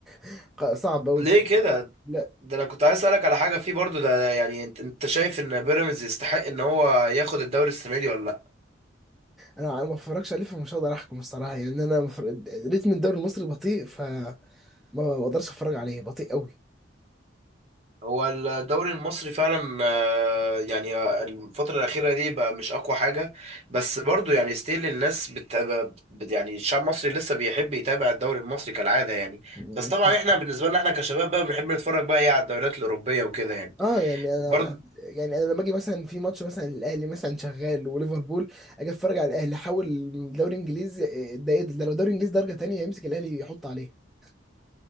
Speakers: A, in the centre; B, on the right (about 35°).
A: <laughs> صعب قوي
B: ليه كده
A: لا
B: ده انا كنت عايز اسألك على حاجة فيه برضو ده يعني انت انت شايف ان بيراميدز يستحق ان هو ياخد الدوري السنة دي ولا لا
A: انا ما اتفرجش عليه فمش هقدر احكم الصراحه يعني انا مفر... ريتم الدوري المصري بطيء فما ما اقدرش اتفرج عليه بطيء قوي
B: هو الدوري المصري فعلا آه، يعني آه، الفترة الأخيرة دي بقى مش أقوى حاجة بس برضو يعني ستيل الناس بتتابع بت- يعني الشعب المصري لسه بيحب يتابع الدوري المصري كالعادة يعني
A: <laughs>
B: بس طبعا احنا بالنسبة لنا احنا كشباب بقى بنحب نتفرج بقى ايه على الدوريات الأوروبية وكده يعني
A: اه يعني انا
B: برضو
A: يعني انا لما اجي مثلا في ماتش مثلا الاهلي مثلا شغال وليفربول اجي اتفرج على الاهلي حاول من دوري انجليزي إيه ده ايه ده ده لو دوري انجليزي درجه تانية يمسك الاهلي يحط عليه